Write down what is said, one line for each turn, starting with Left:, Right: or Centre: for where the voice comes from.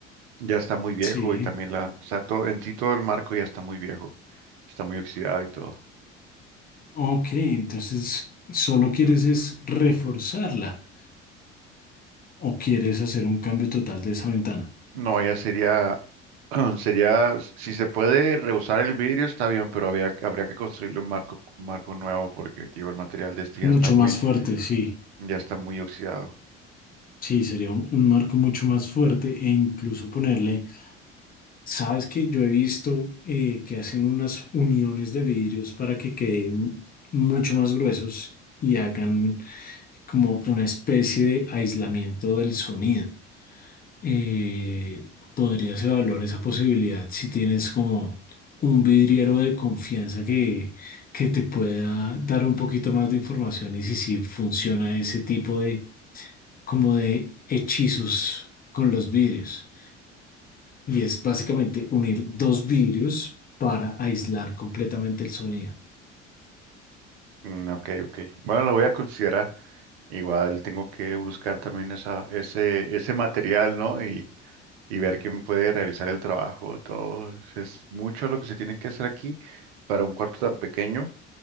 Right: ya está muy viejo
Left: Sí.
Right: y también la, o sea, todo, en sí todo el marco ya está muy viejo, está muy oxidado y todo.
Left: Ok, entonces solo quieres es reforzarla o quieres hacer un cambio total de esa ventana.
Right: No, ya sería, <clears throat> sería, si se puede reusar el vidrio está bien, pero había, habría que construirle un marco, un marco nuevo porque, tío, el material de este
Left: Mucho
Right: ya está muy,
Left: más fuerte, sí.
Right: ya está muy oxidado.
Left: Sí, sería un, un marco mucho más fuerte e incluso ponerle, sabes que yo he visto eh, que hacen unas uniones de vidrios para que queden mucho más gruesos y hagan como una especie de aislamiento del sonido. Eh, podrías evaluar esa posibilidad si tienes como un vidriero de confianza que, que te pueda dar un poquito más de información y si, si funciona ese tipo de como de hechizos con los vidrios. Y es básicamente unir dos vidrios para aislar completamente el sonido.
Right: Mm, ok, ok. Bueno, lo voy a considerar. Igual tengo que buscar también esa, ese, ese material, ¿no? Y, y ver quién puede realizar el trabajo. Todo es mucho lo que se tiene que hacer aquí para un cuarto tan pequeño,